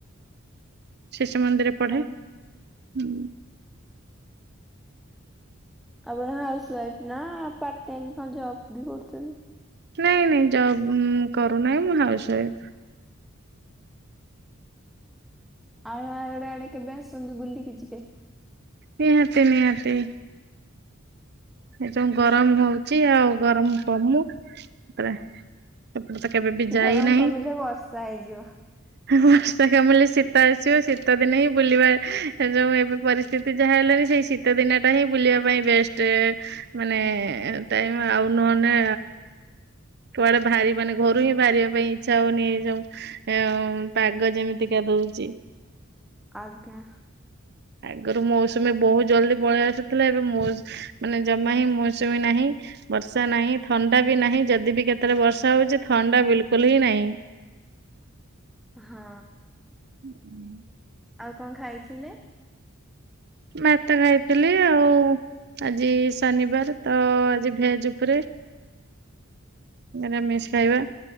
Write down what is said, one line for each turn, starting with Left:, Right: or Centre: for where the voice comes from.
Centre: <unintelligible>
Right: ଶିଶୁମନ୍ଦିରରେ ପଢେ
Centre: ଓ
Right: ହୁଁ।
Centre: ଆପଣ ହାଉସ ୱାଇଫ ନା ପାଟଟାଇମ୍ କଣ ଜବ ବି କରୁଛନ୍ତି?
Right: ନାଇଁ ନାଇଁ ଜବ କରୁନାହିଁ ମୁଁ ହାଉସୱାଇଫ।
Centre: ଆଉ ଆଡେ କେବେ ଆସନ୍ତୁ ବୁଲିକି ଯିବେ?
Right: ନିହାତି ନିହାତି। ଏ ଯଉ ଗରମ ହଉଛି ଆଉ ଗରମ କମୁ ତାପରେ ଟ ତ କେବେ ବି ଯାଇନାହିଁ।
Centre: ଗରମ କମିଲେ ବର୍ଷା ହେଇଯିବ।
Right: ବର୍ଷା କାମିଲେ ଶୀତ ଆସିବ ଶୀତ ଦିନେ ହିଁ ବୁଲିବା ଯୋଉଁ ଏବେ ପରିସ୍ଥିତି ଯାହା ହେଲେଣିି ସେଇ ଶୀତ ଦିନ ଟା ହିଁ ବୁଲିବା ପାଇଁ ବେଷ୍ଟ। ମାନେ ଟାଇମ୍ ଆଉ ନହଲେ କୁଆଡେ ବାହାରି ମାନେ ଘରୁ ହିଁ ବାହାରିବା ପାଇଁ ଇଚ୍ଛା ହଉନି ଏ ଯୋଉଁ ଉଁ ଉଁ ପାଗ ଯେମିତିକା ହୋଉଛି।
Centre: ଆଜ୍ଞା
Right: ଆଗରୁ ମୌସୁମୀ ବହୁତ ଜଲଦି ପଳେଇ ଆସୁଥିଲା ଏବଂ ମାନେ ଜମା ହିଁ ମୌସୁମୀ ନାହିଁ। ବର୍ଷା ନାହିଁ ଥଣ୍ଡା ବି ନାହିଁ ଯଦି ବି କେତେବେଳେ ବର୍ଷା ହଉଛି ଥଣ୍ଡା ବିଲକୁଲ ହିଁ ନାହିଁ।
Centre: ହଁ।
Right: ହ ହୁଁ।
Centre: ଆଉ କଣ ଖାଇଥିଲେ?
Right: ମୁଁତ ଖାଇଥିଲି ଆଉ ଆଜି ଶନିବାର ତ ଆଜି ଭେଜ ଉପରେ ରୋମିଷ ଖାଇବା